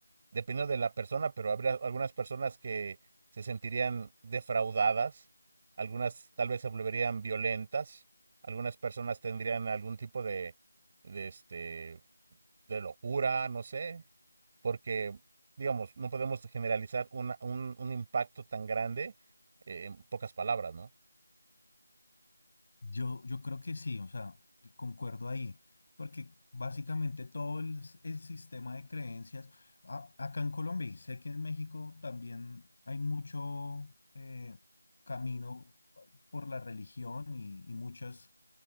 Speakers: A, on the right (about 25°); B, on the left (about 45°).
A: dependiendo de la persona, pero habría algunas personas que se sentirían defraudadas, algunas tal vez se volverían violentas, algunas personas tendrían algún tipo de, de este, de locura, no sé, porque, digamos, no podemos generalizar una- un, un impacto tan grande eh, en pocas palabras, ¿no?
B: Yo, yo creo que sí, o sea, concuerdo ahí, porque básicamente todo el, s- el sistema de creencias, a- acá en Colombia y sé que en México también hay mucho eh, camino por la religión y, y muchas